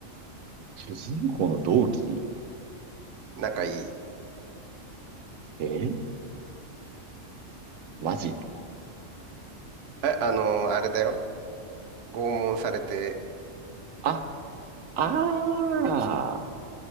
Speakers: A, on the right (about 80°); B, on the right (about 60°).
A: 主人公の同期
B: 仲いい。
A: えマジ。
B: え、あのーあれだよ。拷問されて、
A: あ、あ
B: 首つ、
A: あ、